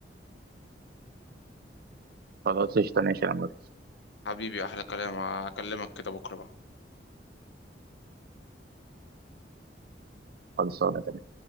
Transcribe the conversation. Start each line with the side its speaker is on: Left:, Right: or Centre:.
Right: خلاص قشطة ماشي يا عمر
Left: حبيبي احلى كلام هكلمك كده بكره بقى
Right: خلصانة تمام